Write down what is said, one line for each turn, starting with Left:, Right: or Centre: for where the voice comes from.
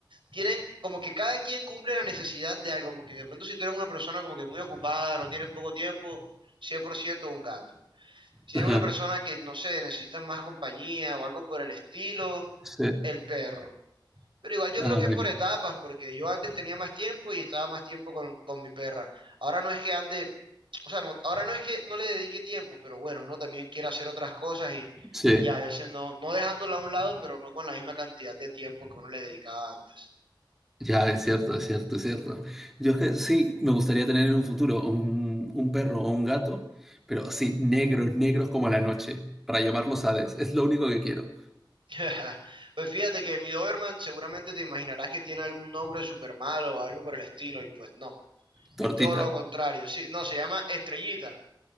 Right: tienen como que cada quien cumple la necesidad de algo, como que de pronto si tú eres una persona como que muy ocupada, no tienes poco tiempo, 100% un gato. Si
Centre: ajá.
Right: eres una persona que, no sé, necesitas más compañía o algo por el estilo,
Centre: Sí.
Right: el perro. Pero igual yo
Centre: Ah,
Right: creo que
Centre: mira.
Right: es por etapas, porque yo antes tenía más tiempo y estaba más tiempo con, con mi perra. Ahora no es que ande, o sea, no, ahora no es que no le dedique tiempo, pero bueno, uno también quiere hacer otras cosas y,
Centre: Sí.
Right: y a veces no, no dejándola a un lado, pero no con la misma cantidad de tiempo que uno le dedicaba antes.
Centre: Ya, es cierto, es cierto, es cierto. Yo es que sí, me gustaría tener en un futuro un, un perro o un gato, pero sí, negros, negros como la noche, para llamarlos Hades. Es lo único que quiero.
Right: <laughs> Pues fíjate que mi Doberman seguramente te imaginarás que tiene algún nombre súper malo o algo por el estilo, y pues no,
Centre: Tortita.
Right: es todo lo contrario. Sí, no, se llama Estrellita.